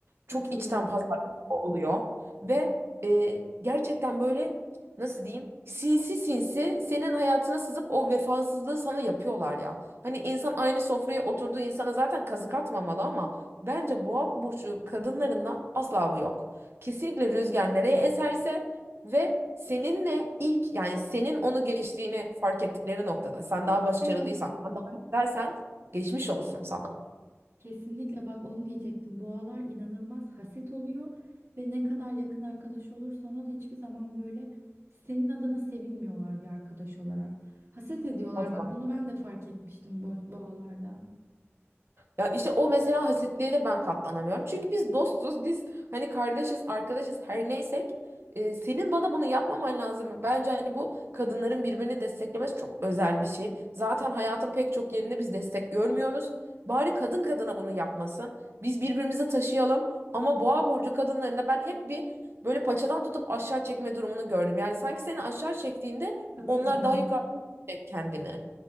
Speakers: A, on the right; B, on the right.
A: katılıyorum.
B: Çok içten pazarlık oluyor ve e, gerçekten böyle nasıl diyeyim sinsi sinsi senin hayatına sızıp o vefasızlığı sana yapıyorlar ya. Hani insan aynı sofraya oturduğu insana zaten kazık atmamalı ama bence boğa burcu kadınlarında asla bu yok. Kesinlikle rüzgar nereye eserse ve seninle ilk yani senin onu geçtiğini fark ettikleri noktada sen
A: Ha
B: daha başarılıysan
A: evet.
B: sen daha güzelsen geçmiş olsun sana.
A: Kesinlikle bak onu diyecektim. Boğalar inanılmaz haset oluyor ve ne kadar yakın arkadaş olursan ol hiçbir zaman böyle senin adına sevinmiyorlar bir arkadaş olarak. Haset ediyorlar.
B: Asla
A: Bak bunu ben de fark etmiştim bo- boğalarda.
B: Ya işte o mesela hasetliğe de ben katlanamıyorum. Çünkü biz dostuz, biz hani kardeşiz, arkadaşız, her neysek. e, senin bana bunu yapmaman lazım. Bence hani bu kadınların birbirini desteklemesi çok özel bir şey. Zaten hayatın pek çok yerinde biz destek görmüyoruz. Bari kadın kadına bunu yapmasın. Biz birbirimizi taşıyalım. Ama boğa burcu kadınlarında ben hep bir böyle paçadan tutup aşağı çekme durumunu gördüm. Yani sanki seni aşağı çektiğinde
A: Katılıyorum.
B: onlar daha yukarı çekecek kendini.